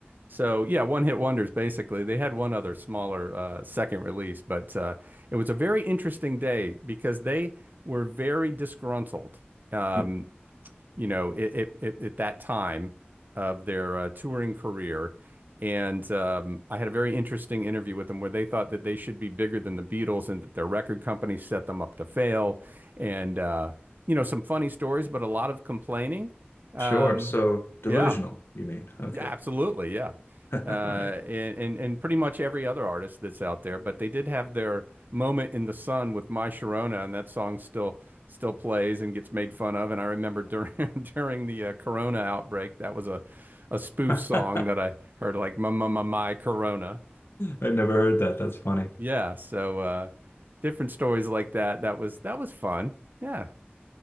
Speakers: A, on the right (about 50°); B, on the left (about 75°).
A: So yeah, one hit wonders basically. They had one other smaller uh, second release, but uh, it was a very interesting day because they were very disgruntled um,
B: Mm,
A: you know, it, it, at that time of their uh, touring career. And um, I had a very interesting interview with them where they thought that they should be bigger than the Beatles and that their record company set them up to fail. And, uh, you know, some funny stories, but a lot of complaining. Um,
B: Sure. So delusional,
A: yeah,
B: you mean? Okay.
A: yeah, absolutely. Yeah.
B: <laughs>
A: Uh,
B: All right.
A: and, and and pretty much every other artist that's out there, but they did have their moment in the sun with My Sharona, and that song still still plays and gets made fun of. And I remember during <laughs> during the uh, Corona outbreak, that was a a spoof
B: <laughs> I
A: song that I heard like my my my my Corona.
B: never heard that. That's funny.
A: Yeah, so uh, different stories like that. That was that was fun. Yeah.